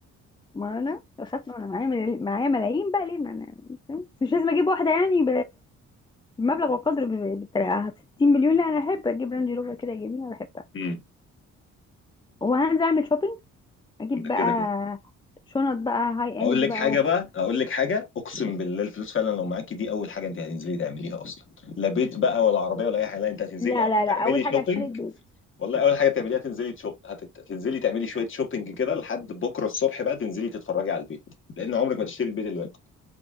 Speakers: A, on the left; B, on the left.
A: ما انا خدت انا معايا مل- معايا ملايين بقى ليه ما انا مش لازم اجيب واحدة يعني مبلغ وقدر ب- بالطريقة 60 مليون لا انا احب اجيب رانج روفر كده جميل انا بحبها
B: امم
A: وهنزل اعمل شوبينج اجيب
B: ده
A: بقى
B: كده كده
A: شنط بقى هاي
B: اقول
A: اند
B: لك
A: بقى
B: حاجة
A: و...
B: بقى اقول لك حاجة اقسم بالله الفلوس فعلا لو معاكي دي اول حاجة انت هتنزلي تعمليها اصلا لا بيت بقى ولا عربية ولا اي حاجة لا انت هتنزلي
A: لا
B: الاول
A: لا لا
B: تعملي
A: اول حاجة
B: شوبينج
A: هشتري البيت
B: والله اول حاجة تعمليها تنزلي تشوب هت- هتنزلي تعملي شوية شوبينج كده لحد بكرة الصبح بقى تنزلي تتفرجي على البيت لان عمرك ما تشتري البيت دلوقتي